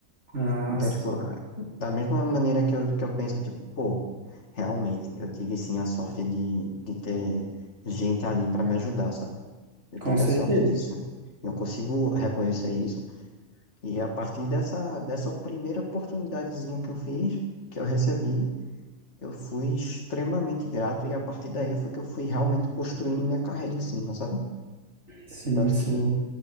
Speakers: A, on the right (about 55°); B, on the left (about 55°).
A: Ah,
B: Então,
A: sim.
B: tipo, ah, da mesma maneira que eu, que eu penso, tipo, pô, realmente, eu tive sim a sorte de, de ter gente ali pra me ajudar, sabe? Eu
A: Com
B: tive
A: certeza.
B: a sorte disso. Eu consigo reconhecer isso. E a partir dessa, dessa primeira oportunidadezinha que eu fiz, que eu recebi, eu fui extremamente grato. E a partir daí foi que eu fui realmente construindo minha carreira em cima, sabe?
A: Sim,
B: Tanto
A: sim.
B: que